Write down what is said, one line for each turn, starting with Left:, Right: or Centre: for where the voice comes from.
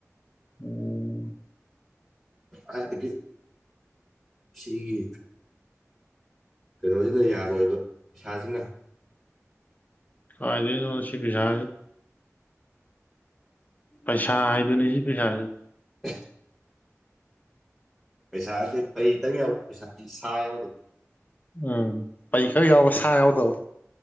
Left: ꯎꯝ
Centre: ꯍꯥꯏꯕꯗꯤ ꯁꯤꯒꯤ ꯀꯩꯅꯣꯖꯤꯅ ꯌꯥꯔꯣꯏꯕ ꯄꯩꯁꯥꯁꯤꯅ
Left: ꯀꯥꯏꯗꯩꯅꯣ ꯁꯤ ꯄꯁꯥ ꯄꯩꯁꯥ ꯍꯥꯏꯗꯨꯏꯅꯦ ꯁꯤ ꯄꯩꯁꯥ
Centre: <unintelligible> ꯄꯩꯁꯥꯗꯤ ꯀꯔꯤ ꯈꯤꯇꯪ ꯌꯥꯎ ꯄꯩꯁꯥ ꯁꯥ ꯌꯥꯎꯗꯕ
Left: ꯎꯝ ꯄꯩꯈꯛ ꯌꯥꯎꯕ ꯁꯥ ꯌꯥꯎꯗꯕ